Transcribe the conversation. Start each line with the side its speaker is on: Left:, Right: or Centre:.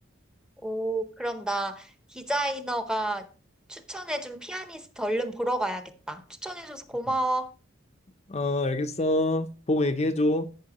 Centre: 오, 그럼 나 디자이너가 추천해준 피아니스트 얼른 보러 가야겠다. 추천해줘서 고마워.
Left: 음. 어, 알겠어. 보고 얘기해줘.